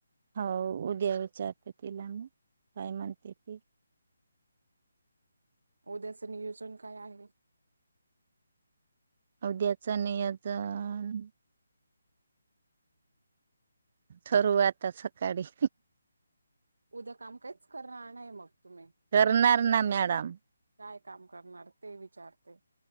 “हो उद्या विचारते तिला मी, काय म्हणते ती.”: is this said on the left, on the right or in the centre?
Right